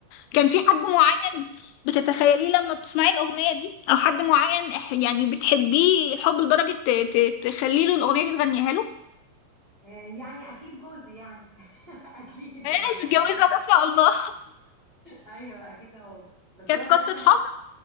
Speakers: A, on the right; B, on the left.
A: دي
B: كان
A: بحبها
B: في حد معين
A: قوي
B: بتتخيليه لما بتسمعي الأغنية دي او حد معين إح- يعني بتحبيه الحب لدرجة ت- ت- تخلي له الأغنية دي تغنيها له
A: آه، يعني أكيد جوزي يعني <laughs> أكيد
B: انا
A: أتخيل
B: متجوزة ما شاء الله
A: أيوه أكيد هو بس
B: كانت
A: هو دايما
B: قصة
A: ك...
B: حب